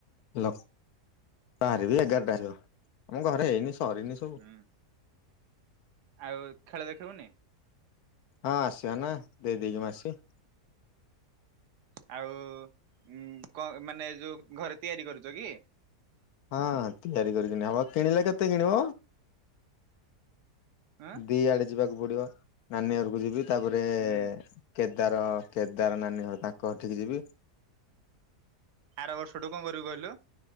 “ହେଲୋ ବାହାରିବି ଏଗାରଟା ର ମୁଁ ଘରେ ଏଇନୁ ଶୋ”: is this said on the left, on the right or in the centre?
Left